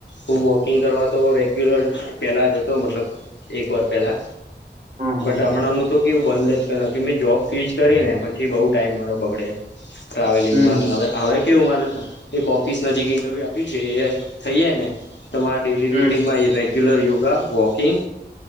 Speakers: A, on the left; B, on the right.
A: હું વોકિંગ કરવા તો રેગ્યુલર પેલા જ હતો મતલબ એક વાર પહેલા.
B: હમ હમ
A: બટ હમણાંનું તો કેવું બંધ જ પેલા કે મેં જોબ સ્વિચ કરી ને પછી બઉ ટાઈમ મારો બગડે. ટ્રાવેલિંગમાં
B: હમ
A: ને હવે હવે. કેવું એક ઓફિસ નજીક ઇન્ટરવ્યુ આપી છે થઈ જાય ને તમારા ડેલી
B: હમ હમ
A: રૂટીનમાં રેગ્યુલર યોગા વોકિંગ